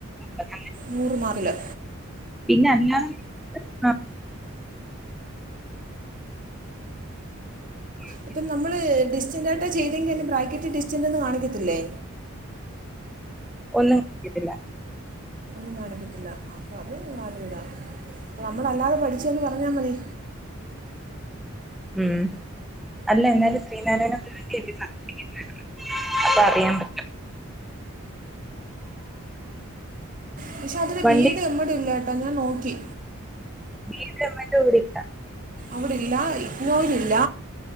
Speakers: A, in the centre; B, on the right.
A: അമ്പത്
B: നൂറ്മാർക്കില്
A: പിന്നെ അല്ലാതെ ആഹ് കിട്ടില്ലേ
B: ഇപ്പം നമ്മള് ഡിസ്റ്റന്റ് ആയിട്ടാ ചെയ്തെങ്കിൽ അതിന്റെ ബ്രാക്കറ്റിൽ ഡിസ്റ്റന്റ് എന്ന് കാണിക്കത്തില്ലേ
A: ഒന്നും കാണിക്കത്തില്ല
B: ഒന്നും കാണിക്കത്തില്ല അപ്പം അത് വാല്യൂഡാ അപ്പം നമ്മളല്ലാതെ പഠിച്ചന്ന് പറഞ്ഞാ മതി
A: ഉം അല്ല എന്നാലും ശ്രീനാരായണഗുരുവിന്റെ അല്ലേ സർട്ടിഫിക്കറ്റ് അപ്പം അറിയാൻ പറ്റും
B: പക്ഷെ അതില്
A: വണ്ടി
B: ബി എഡും എം എഡും ഇല്ല കേട്ടോ ഞാൻ നോക്കി
A: ബി എഡും എം എഡും ഇവിടില്ല
B: അവിടില്ല ഇഗ്നോയിൽ യിലും ഇല്ല